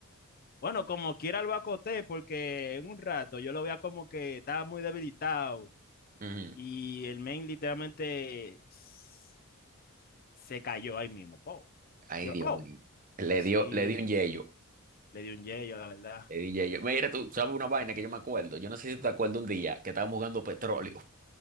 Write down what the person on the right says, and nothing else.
Ujú.
Ay,
Dios
mío. Le
dio, le dio un yeyo.
Le di ya Mira, tú sabes una vaina que yo me acuerdo. Yo no sé si tú te acuerdas un día que estábamos jugando petróleo.